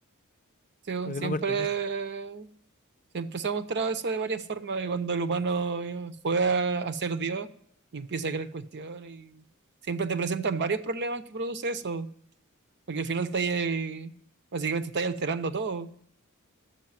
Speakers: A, on the right; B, on the left.
A: Sí, po.
B: porque
A: Siempre,
B: no pertenecen.
A: siempre se ha mostrado eso de varias formas, de cuando el humano eh, juega a ser Dios y empieza a crear cuestiones y siempre te presentan varios problemas que produce eso, porque al final está ahí, eh, básicamente está ahí alterando todo,